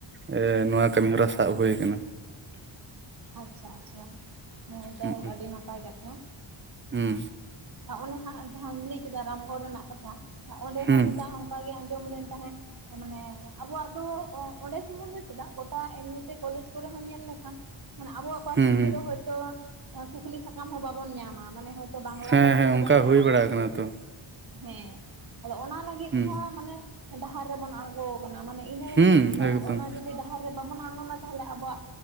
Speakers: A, on the right (about 25°); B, on the right (about 45°).
A: ᱮᱸ ᱱᱚᱣᱟ ᱠᱟᱹᱢᱤ ᱦᱚᱨᱟ ᱥᱟᱵ ᱦᱩᱭᱩ ᱟᱠᱟᱱᱟ᱾
B: ᱟᱪᱪᱷᱟ ᱟᱪᱪᱷᱟ, ᱦᱮᱸ ᱡᱟᱭ
A: ᱦᱩᱸ
B: ᱦᱳᱠ ᱟᱹᱰᱤ ᱱᱟᱯᱟᱭ ᱠᱟᱛᱷᱟ᱾
A: ᱦᱩᱸ
B: ᱚᱱᱮ ᱦᱟᱸᱜ ᱡᱟᱦᱟᱢ ᱞᱟᱹᱭ ᱠᱮᱫᱟ ᱨᱟᱢᱜᱚᱲ ᱨᱮᱱᱟᱜ ᱠᱟᱛᱷᱟ ᱚᱸᱰᱮ
A: ᱦᱩᱸ
B: ᱦᱚᱸ ᱪᱮᱛᱟ ᱚᱱᱠᱟᱜ ᱜᱮ ᱟᱸᱡᱚᱢ ᱞᱮᱱ ᱛᱟᱦᱮᱸᱫ, ᱢᱟᱱᱮ ᱟᱵᱚᱣᱟᱜ ᱫᱚ ᱚᱸᱰᱮ ᱥᱩᱢᱩᱝ ᱫᱚ ᱪᱮᱫᱟᱜ ᱜᱚᱴᱟ ᱮᱢᱱᱤᱛᱮ ᱠᱚᱞᱮᱡ ᱠᱚᱨᱮ ᱦᱚᱸ ᱧᱮᱞ ᱞᱮᱠᱷᱟᱱ ᱢᱟᱱᱮ ᱟᱵᱚᱣᱟᱜ ᱯᱟᱹᱨᱥᱤ
A: ᱦᱩᱸ ᱦᱩᱸ
B: ᱛᱮᱫᱚ ᱦᱚᱭᱛᱚ ᱠᱩᱠᱞᱤ ᱥᱟᱠᱟᱢ ᱦᱚᱸ ᱵᱟᱵᱚᱱ ᱧᱟᱢᱟ, ᱢᱟᱱᱮ ᱵᱟᱝᱞᱟ
A: ᱦᱮᱸ
B: ᱯᱟᱹᱨᱥᱤ
A: ᱦᱮᱸ
B: ᱛᱮᱵᱚᱱ
A: ᱚᱱᱠᱟ
B: ᱧᱟᱢᱟ,
A: ᱦᱩᱭ ᱵᱟᱲᱟ ᱟᱠᱟᱱᱟ ᱛᱚ
B: ᱦᱮᱸ ᱟᱫᱚ ᱚᱱᱟ ᱞᱟᱹᱜᱤᱫ
A: ᱦᱩᱸ
B: ᱦᱚᱸ ᱢᱟᱱᱮ ᱰᱟᱦᱟᱨ ᱨᱮᱵᱚᱱ ᱟᱲᱜᱚᱱ ᱢᱟᱱᱮ ᱤᱱᱟᱹ
A: ᱦᱩᱸ
B: ᱚᱱᱟ
A: ᱮᱠᱫᱚᱢ
B: ᱡᱩᱫᱤ ᱰᱟᱦᱟᱨ ᱨᱮ ᱵᱟᱵᱚᱱ ᱟᱬᱜᱚᱱᱟ ᱛᱟᱦᱚᱞᱮ ᱟᱵᱚᱣᱟᱜ